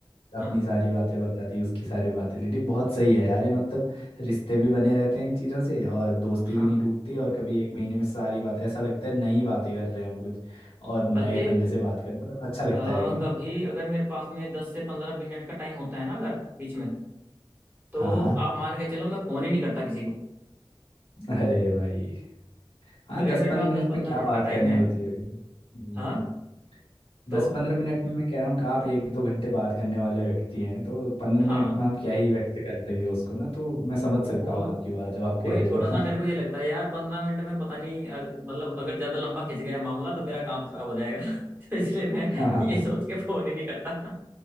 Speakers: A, on the left; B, on the right.
A: अपनी
B: हाँ
A: सारी बातें बता दी उसकी सारी बातें ले ली बहुत सही है यार ये मतलब रिश्ते भी बने रहते हैं इन चीज़ों से और दोस्ती
B: हाँ
A: भी नहीं टूटती और कभी एक महीने में सारी बातें ऐसा लगता है नई बातें कर रहे हैं हम कुछ और नए
B: बल्कि
A: बंदे से बात कर रहे हैं मतलब अच्छा लगता
B: अ,
A: है क्यों
B: कभी अगर मेरे पास में दस से पंद्रह मिनट का टाइम होता है ना अगर बीच में तो
A: हाँ हाँ
B: आप मान के चलो मैं फोन ही नहीं करता किसी को
A: अरे भाई हाँ
B: अगर
A: दस
B: मेरे
A: पंद्रह
B: पास
A: मिनट
B: दस पंद्रह
A: में क्या
B: मिनट
A: बात
B: का टाइम
A: करनी
B: है
A: होती है फिर हम्म।
B: हाँ
A: दस
B: तो
A: पंद्रह मिनट में मैं कह रहा हूँ कि आप एक दो घंटे बात करने वाले व्यक्ति हैं तो पंद्रह
B: हाँ
A: मिनट में आप क्या ही व्यक्त कर देंगे उसको ना तो मैं समझ
B: वो
A: सकता हूँ आपकी बात जो आप
B: वही
A: कह रहे
B: थोड़ा
A: हो
B: सा मेरे को ये लगता
A: <laughs>
B: है यार पंद्रह मिनट में पता नहीं अ- मतलब अगर ज्यादा लंबा खिंच गया मामला तो मेरा काम खराब हो जाएगा <laughs> तो इसलिए मैं
A: हाँ हाँ
B: ये सोच के फोन ही नहीं करता